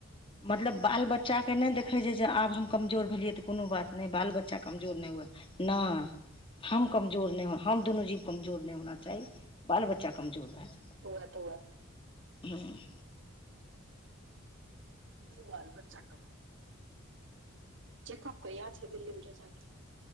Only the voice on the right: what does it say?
पौआ -तोआ।
बाल बच्चा के चकअप कैया छेै दिल्ली मे चच्चा के?